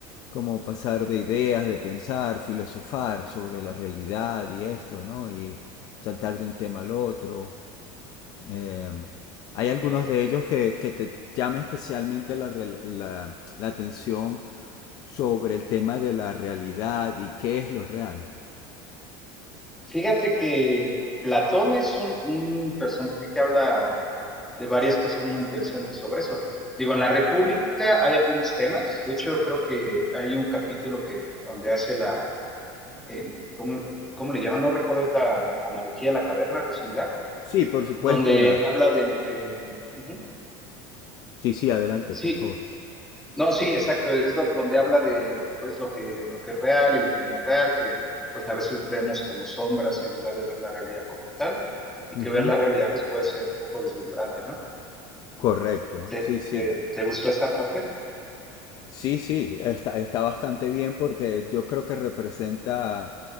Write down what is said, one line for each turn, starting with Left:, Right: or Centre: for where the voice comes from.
Left: como pasar de ideas, de pensar, filosofar sobre la realidad y esto, ¿no? Y saltar de un tema al otro. Eh, hay
Centre: Ok.
Left: algunos de ellos que, que te llama especialmente la, real- la- la atención sobre el tema de la realidad y qué es lo real.
Centre: Fíjate que Platón es un, un personaje que habla de varias cosas muy interesantes sobre eso. Digo, en la República hay algunos temas, de hecho creo que hay un capítulo que donde hace la, eh, ¿cómo, cómo le llaman? No recuerdo, es la analogía de la caverna, algo similar,
Left: Sí, por supuesto,
Centre: donde
Left: la...
Centre: habla de lo que, ujú,
Left: Sí, sí, adelante,
Centre: sí,
Left: por favor.
Centre: no, sí, exacto, es do- donde habla de pues lo que, lo que es real y lo que no es real, que pues a veces vemos como sombras en lugar de ver la realidad como tal, y
Left: Ujú.
Centre: que ver la realidad pues puede ser un poco deslumbrante, ¿no?
Left: Correcto,
Centre: ¿Te,
Left: sí, sí.
Centre: te, te gustó esa parte?
Left: Sí, sí, está, está bastante bien porque yo creo que representa